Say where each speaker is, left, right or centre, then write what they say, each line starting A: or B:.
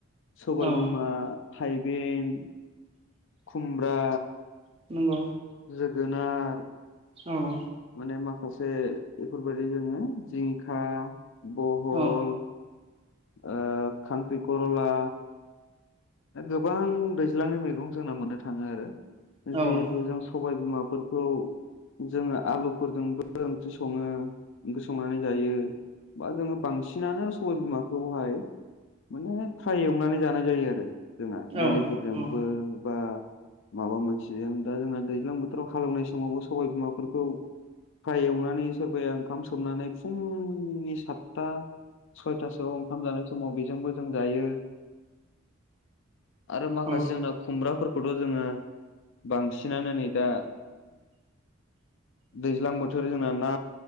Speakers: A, on the left; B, on the right.
A: सबायबिमा
B: औ
A: थाइबें खुमब्रा
B: नंगौ
A: जोगोनार
B: औ
A: माने माखासे बेफोरबायदि जोङो जिंखा बहल
B: औ
A: ओ खांखिखरला गोबां दैज्लांनि मैगं जोंना मोननो थाङो आरो
B: औ
A: जिहेथु जों सबाय बिमाफोरखौ जोङो आलुफोरजोंबो ओंख्रि सङो ओंख्रि संनानै जायो बा जोङो बांसिनानो सबाय बिमाखौहाय माने फ्राय एवनानै जानाय जायो
B: औ
A: दालिफोरजोंबो
B: औ
A: बा माबा मोनसेजों दा जोंना दैज्लां बोथोराव हालेवनाय समावबो सबाय बिमाफोरखौ फाय एवनानै सोरबाया ओंखाम सोमनानै फुंनि सातथा सयथासोआव ओंखाम जानाय समाव बेजोंबो जों जायो आरो माखासे
B: औ
A: जोंना खुमब्राफोरखौथ' जोङो बांसिनानो नै दा दैज्लां बोथोर जोंना ना